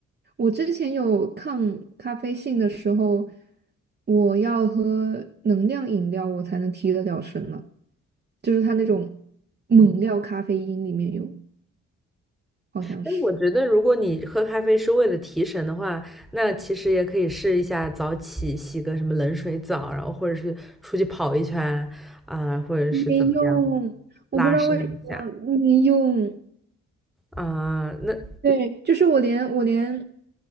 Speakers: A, on the right; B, in the centre.
A: 我之前有抗咖啡性的时候，我要喝能量饮料，我才能提得了神了。就是它那种猛料咖啡因里面有，好像是
B: 但我觉得，如果你喝咖啡是为了提神的话，那其实也可以试一下早起，洗个什么冷水澡，然后或者是出去跑一圈啊、或者是怎么样
A: 没用，我不知道为什么没用。
B: 拉伸一下啊、那
A: 对，就是我连我连，